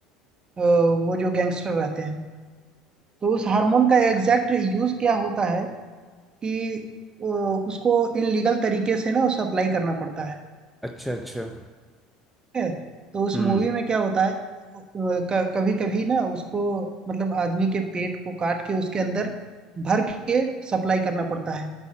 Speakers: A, on the right; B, in the centre.
A: अ, वो जो गैंगस्टर रहते हैं तो उस हार्मोन का एग्जैक्ट यूज क्या होता है कि वो- उसको इन लीगल तरीके से ना उसे अप्लाई करना पड़ता है
B: अच्छा अच्छा
A: ठीक है तो उस
B: हम्म
A: मूवी में क्या होता है कभी कभी ना उसको मतलब आदमी के पेट को काट के उसके अंदर भर के सप्लाई करना पड़ता है